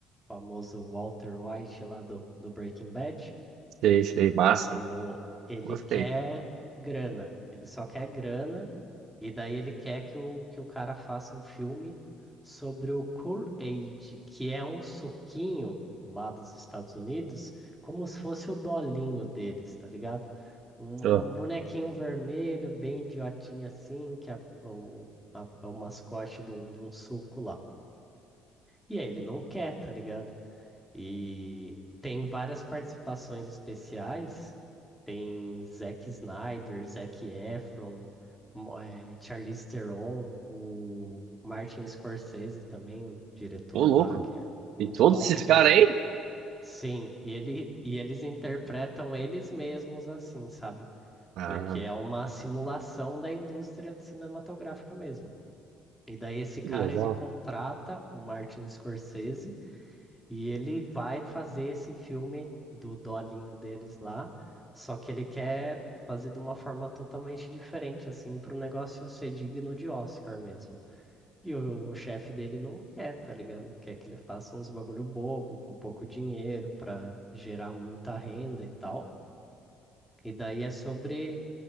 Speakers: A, in the centre; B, on the right.
A: famoso Walter White lá do, do Breaking Bad,
B: Sei, sei. Massa.
A: o, ele
B: Gostei.
A: quer grana. Ele só quer grana e daí ele quer que o, que o cara faça um filme sobre o Kool-Aid, que é um suquinho lá dos Estados Unidos, como se fosse o dolinho deles, tá ligado? Um,
B: Tô.
A: um bonequinho vermelho, bem idiotinho assim, que é o, a- é o mascote de um, de um suco lá. E aí ele não quer, tá ligado? E tem várias participações especiais. Tem Zack Snyder, Zac Efron, mo- eh, Charlize Theron, o Martin Scorsese também, o diretor
B: Ô, louco.
A: lá, que é
B: Tem
A: muito
B: todos
A: top.
B: esses
A: Ele,
B: caras aí?
A: sim, e, ele, e eles interpretam eles mesmos assim, sabe?
B: Ah,
A: Porque é uma simulação da indústria cinematográfica mesmo. E daí esse cara,
B: que legal.
A: ele contrata o Martin Scorsese e ele vai fazer esse filme do dolinho deles lá, só que ele quer fazer de uma forma totalmente diferente, assim, para o negócio ser digno de Oscar mesmo. E o, o chefe dele não quer, tá ligado? Quer que ele faça uns bagulho bobo, com pouco dinheiro, para gerar muita renda e tal. E daí é sobre,